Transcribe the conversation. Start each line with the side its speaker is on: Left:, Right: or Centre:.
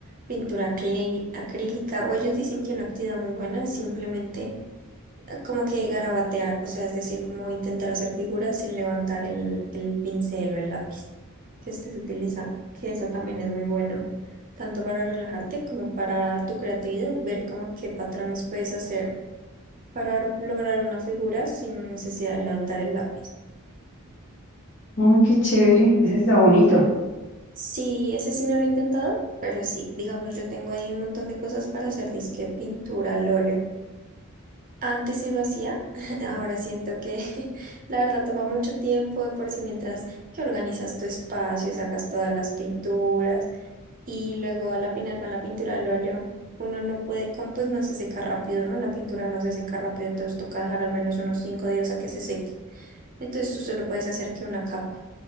Right: pintura aclé- acrílica, o ellos dicen que una actividad muy buena es simplemente eh, como que garabatear, o sea, es decir, como intentar hacer figuras sin levantar el, el pincel o el lápiz que estés utilizando, que eso también es muy bueno. tanto para relajarte como para tu creatividad, ver como qué patrones puedes hacer para lograr una figura sin necesidad de levantar el lápiz.
Left: Uy, qué chévere, ese está bonito.
Right: Sí, ese sí no lo he intentado, pero sí, digamos, yo tengo ahí un montón de cosas para hacer, disque pintura al óleo. Antes sí lo hacía, <laughs> ahora siento que <laughs> la verdad toma mucho tiempo de por sí mientras que organizas tu espacio, sacas todas las pinturas y luego al final con la pintura al óleo uno no puede, como pues no se seca rápido, ¿no? La pintura no se seca rápido, entonces toca dejar al menos unos cinco días a que se seque. Entonces tú solo puedes hacer que una capa.